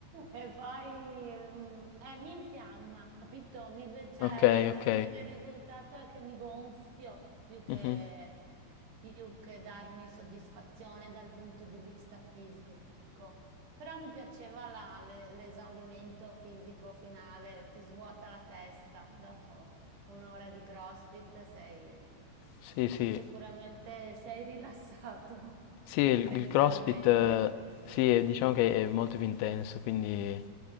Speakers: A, on the right; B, on the left.
A: E poi mm, eh, mi infiamma, capito? Mi ve- cioè,
B: Ok,
A: alla
B: ok.
A: fine il risultato è che mi gonfio più che,
B: Mhm.
A: più che darmi soddisfazione dal punto di vista fisico. Però mi piaceva la- le- l'esaurimento fisico finale, ti svuota la testa dopo un'ora di CrossFit sei
B: Sì, sì,
A: sicuramente sei rilassato
B: Sì,
A: <laughs>
B: il,
A: mentalmente.
B: il CrossFit, eh, sì, è- diciamo che è molto più intenso, quindi